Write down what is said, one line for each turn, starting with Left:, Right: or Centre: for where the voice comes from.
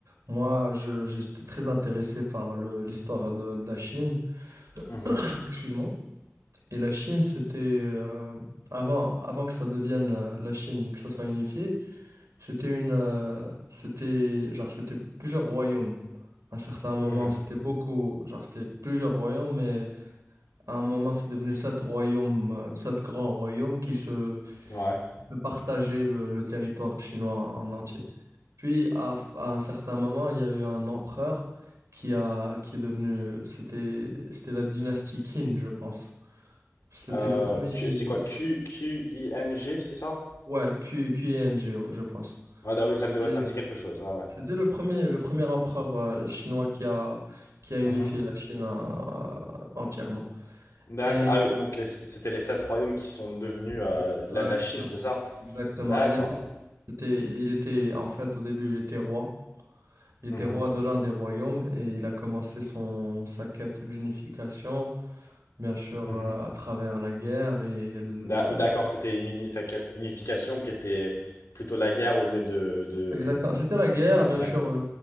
Right: Moi, je- j'étais très intéressé par le- l'histoire de, de la Chine. <coughs>
Left: Mhm,
Right: <clears throat> Excuse-moi. Et la Chine, c'était euh, avant, avant que ça devienne euh, la Chine, que ça soit unifié, c'était une, euh, c'était genre, c'était plusieurs royaumes. À un certain moment,
Left: mhm,
Right: c'était beaucoup, genre, c'était plusieurs royaumes, mais à un moment, c'est devenu sept royaumes, euh, sept grands royaumes qui se
Left: Ouais.
Right: de partager le, le territoire chinois en entier. Puis, à, à un certain moment, il y a eu un empereur qui a, qui est devenu, c'était, c'était la dynastie Qin, je pense. C'était
Left: Euh,
Right: le premier,
Left: Q- c'est quoi? Q, Q-I-N-G, c'est ça?
Right: ouais, Q, QING, ouais, je pense.
Left: Ouais, bah oui, ça me dit,
Right: Et
Left: ouais, ça me dit quelque chose. Ouais,
Right: C'était le premier, le premier empereur euh, chinois qui a, qui a
Left: ouais.
Right: unifié
Left: Mhm.
Right: la Chine euh, entièrement.
Left: D'accord.
Right: Et
Left: Ah oui, donc les- c'était les sept royaumes qui sont devenus euh,
Right: exactement,
Left: la, la Chine, c'est ça?
Right: exactement.
Left: D'accord.
Right: Il était, c'était, il était, en fait, au début, il était roi. Il était
Left: Mhm,
Right: roi de l'un des royaumes et il a commencé son, sa quête d'unification, bien sûr,
Left: mhm.
Right: euh, à travers la guerre et l-
Left: D'a- oui, D'accord, c'était une unifica- unification qui était plutôt la guerre au lieu de, de...
Right: Exactement. C'était la guerre, bien
Left: D'accord.
Right: sûr, le,